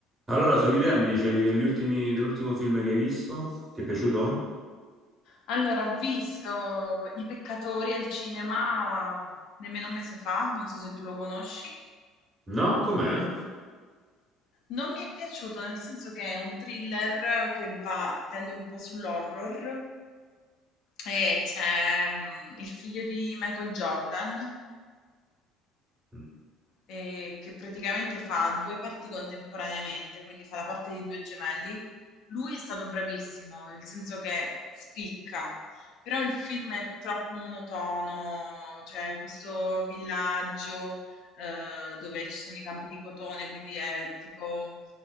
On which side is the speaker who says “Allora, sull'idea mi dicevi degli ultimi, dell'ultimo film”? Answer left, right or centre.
Right